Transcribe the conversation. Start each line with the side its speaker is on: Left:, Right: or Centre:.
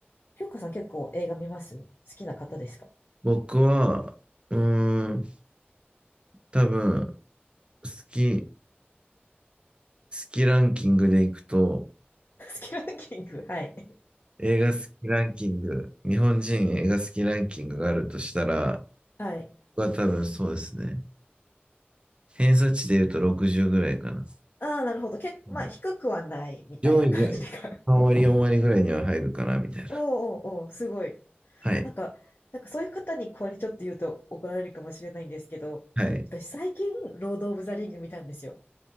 Left: 京子さん結構映画見ます好きな方ですか <laughs> 好
Right: 僕は、うーん、多分、好き、好きランキングでいくと、
Left: きランキングはい。
Right: 映画好きランキング、日本人映画好きランキングがあるとしたら、
Left: はい。
Right: 僕は多分そうですね。偏差値で言うと60ぐらいかな。
Left: ああ、なるほど。結構、
Right: うん
Left: まあ、低くはないみたいな感じか。
Right: 上位に3割、4割ぐらいには入るかな、みたいな。
Left: おうおうおう、すごい。
Right: はい、
Left: なんか、なんかそういう方にこれちょっと言うと怒られるかもしれないんですけど、
Right: はい。
Left: 私最近、ロード・オブ・ザ・リング見たんですよ。